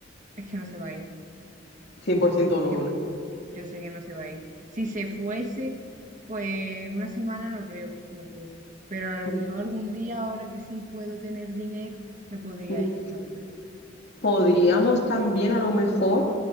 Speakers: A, on the right (about 40°); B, on the left (about 60°).
A: Es que no se va a ir.
B: cien por ciento no,
A: Es que
B: ¿no?
A: Yo sé que no se va a ir. Si se fuese, pues una semana no creo que me fuese. Pero a lo
B: Mm,
A: mejor algún día, ahora que sí puedo tener dinero, me podría
B: mm.
A: ir, la verdad.
B: Podríamos también a lo mejor,